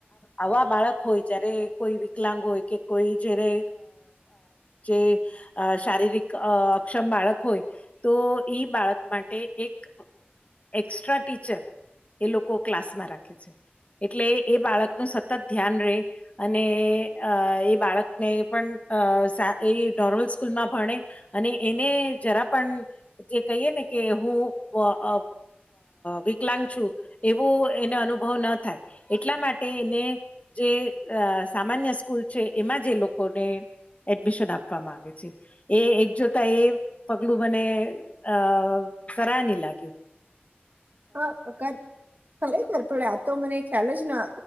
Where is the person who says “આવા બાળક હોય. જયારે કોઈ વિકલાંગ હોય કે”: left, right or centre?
Left